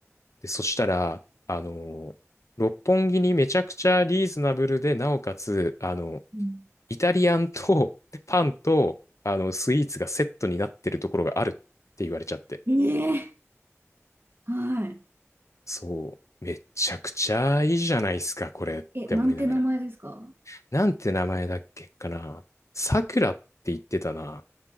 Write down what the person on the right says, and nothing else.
うん、
ええはい。
え、なんて名前ですか